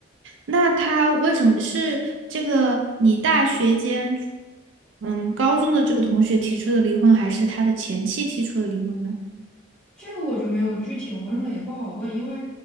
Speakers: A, on the right (about 75°); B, in the centre.
A: 那他为什么是这个你大学间，嗯，高中的这个同学提出的离婚，还是他的前妻提出的离婚呢？
B: 这个我就没有具体问了，也不好问，因为